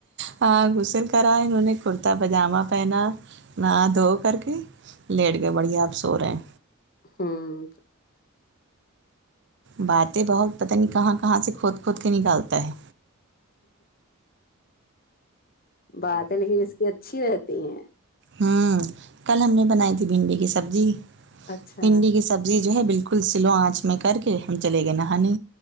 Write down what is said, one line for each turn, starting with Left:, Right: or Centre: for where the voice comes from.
Right: ہاں غسل کرا انہوں نے کرتا پیجامہ پہنا نہا دھو کر کے لیٹ گئے بڑھیا اب سو رہے ہیں
Left: ھمم
Right: باتیں بہت پتہ نہیں کہاں کہاں سے کھود کھود کے نکالتا ہے
Left: بات لیکن اس کی اچھی رہتی ہیں
Right: ہوں کل ہم نے بنائی تھی بھنڈی کی سبزی
Left: اچھا
Right: بھنڈی کی سبزی جو ہے بالکل کل سلو آنچ میں کر کے ہم چلے گئے نہانے